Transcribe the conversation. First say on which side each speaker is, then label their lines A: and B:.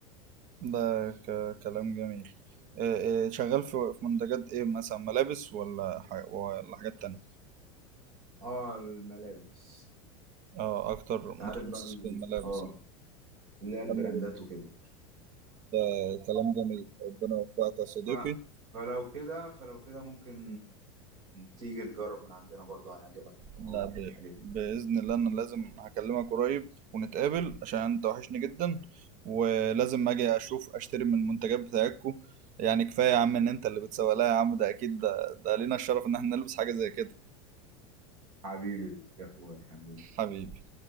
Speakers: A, on the right; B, on the right.
A: ده ك- كلام جميل آه، آه، شغال في في منتجات ايه مثلا ملابس ولا ح- ولا حاجات تانية
B: اه الملابس
A: اه اكتر
B: انت
A: متخصص
B: عارف بقى ال...
A: في الملابس
B: اه اللي هي البراندات
A: حلو
B: وكده
A: ده كلام جميل ربنا يوفقك يا صديقي
B: ف... فلو كده فلو كده ممكن تيجي تجرب من عندنا برضو هيعجبك
A: لا
B: أول
A: ب...
B: حاجة
A: بإذن الله انا لازم هكلمك قريب ونتقابل عشان انت وحشني جدا ولازم اجي اشوف اشتري من المنتجات بتاعتكم يعني كفاية يا عم ان انت اللي بتسوق لها يا عم ده اكيد ده, ده لينا الشرف ان احنا نلبس حاجة زي كده
B: حبيبي يا أخويا حبيبي
A: حبيبي